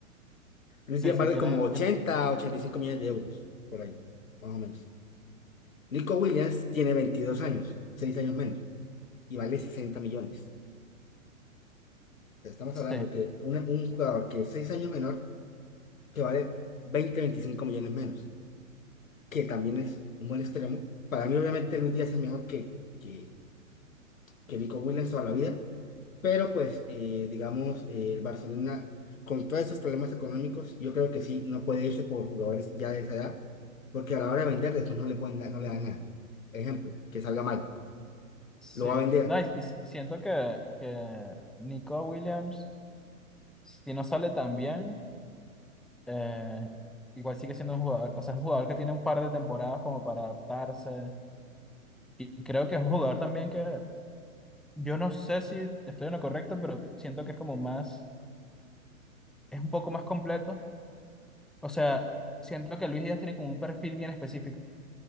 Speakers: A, on the left (about 70°); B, in the centre.
A: Luis
B: Sí,
A: Díaz
B: sí,
A: vale
B: tiene,
A: como 80,
B: tiene,
A: 85 millones de euros, por ahí, más o menos. Nico Williams tiene 22 años, 6 años menos, y vale 60 millones. O sea, estamos
B: sí,
A: hablando que una- un jugador que es 6 años menor, que vale 20, 25 millones menos. que también es un buen extremo. Para mí, obviamente, Luis Díaz es mejor que, que, que Nico Williams toda la vida, pero pues, eh, digamos, eh, el Barcelona, con todos esos problemas económicos, yo creo que sí, no puede irse por jugadores ya de esa edad, porque a la hora de vender, después no le pueden dar- no le dan nada. Ejemplo, que salga mal,
B: sí.
A: lo va a vender.
B: No, y, y siento que, que Nico Williams, si no sale tan bien, eh, igual sigue siendo un jugador, o sea, es un jugador que tiene un par de temporadas como para adaptarse. Y y creo que es un jugador también que Yo no sé si estoy en lo correcto, pero siento que es como más, es un poco más completo. O sea, siento que Luis Díaz tiene como un perfil bien específico.